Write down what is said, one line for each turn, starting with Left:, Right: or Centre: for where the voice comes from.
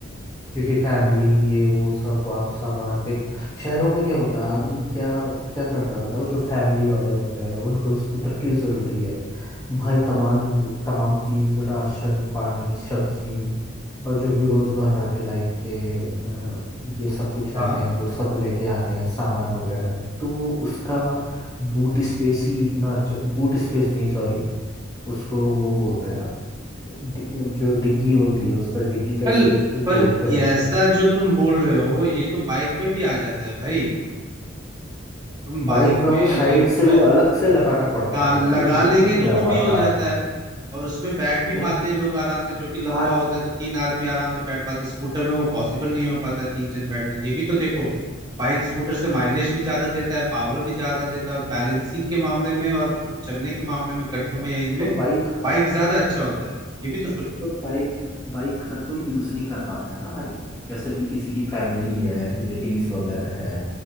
Left: क्योंकि फैमिली ये वो सब आप सामान देख शहरों में क्या होता है आदमी क्या क्या करता है बताओ जो फैमिली वाले होते हैं उनको स्कूटर क्यों ज़रूरी है भाई तमाम तमाम चीज़ राशन पानी सब्जी और जो भी रोज़मर्रा के लाइफ के अ, ये सब कुछ रहते
Right: हाँ
Left: हैं वो सब लेके आते हैं सामान वगैरह तो वो उसका बूट स्पेस ही इतना अच्छा, बूट स्पेस नहीं सॉरी उसको वो बोलते हैं ना डि- जो डिग्गी होती है उसका डिग्गी का
Right: पर
Left: स्पेस कुछ
Right: पर
Left: बोलते
Right: ये
Left: हैं उसे
Right: ऐसा जो तुम बोल रहे हो ये तो बाइक में भी आ जाता है भाई तुम बाइक
Left: बाइक में
Right: में
Left: वो
Right: अगर
Left: साइड से
Right: जो
Left: वो
Right: है
Left: अलग से लगाना पड़ता
Right: हाँ
Left: है
Right: लगा
Left: ना वो लुक
Right: लेंगे
Left: नहीं
Right: तो
Left: आ
Right: वो भी
Left: पाता
Right: हो जाता है और उसमें बैठ भी
Left: नहीं
Right: पाते हैं लोग आराम से जो कि लंबा
Left: आज
Right: होता है तो तीन आदमी आराम से बैठ पाते हैं स्कूटर में वो पॉसिबल नहीं हो पाता तीन जन बैठना ये भी तो देखो बाइक स्कूटर से माइलेज भी ज्यादा देता है पावर भी ज्यादा देता है और बैलेंसिंग के मामले में और चलने के मामले में गड्ढों में या इनमें
Left: तो बाइक
Right: बाइक ज्यादा अच्छा होता है ये भी तो सोचो
Left: तो बाइक बाइक हर कोई यूज नहीं कर पाता है ना भाई जैसे कि किसी की फैमिली है लेडीज वगैरह है